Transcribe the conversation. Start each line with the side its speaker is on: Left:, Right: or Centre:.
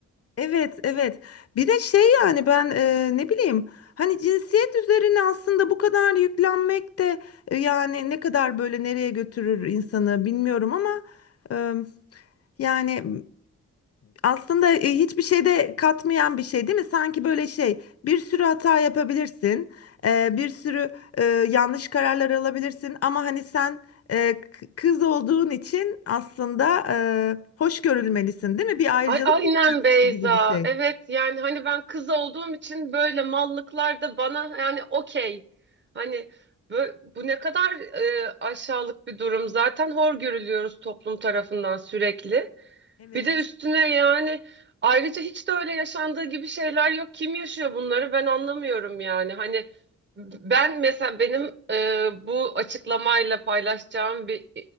Left: Evet, evet. Bir de şey yani ben e, ne bileyim hani cinsiyet üzerine aslında bu kadar yüklenmek de e, yani ne kadar böyle nereye götürür insanı bilmiyorum ama e, yani aslında e, hiçbir şeyde katmayan bir şey değil mi? Sanki böyle şey bir sürü hata yapabilirsin, e, bir sürü e, yanlış kararlar alabilirsin ama hani sen e, k- kız olduğun için aslında e, hoş görülmelisin değil mi? Bir ayrıcalık
Right: Ay aynen
Left: beklentisi
Right: Beyza.
Left: gibi bir şey.
Right: Evet yani hani ben kız olduğum için böyle mallıklar da bana yani okey. Hani bö- bu ne kadar e, aşağılık bir durum. Zaten hor görülüyoruz toplum tarafından sürekli.
Left: Evet.
Right: Bir de üstüne yani ayrıca hiç de öyle yaşandığı gibi şeyler yok. Kim yaşıyor bunları ben anlamıyorum yani. Hani ben mesela benim e, bu açıklamayla paylaşacağım bir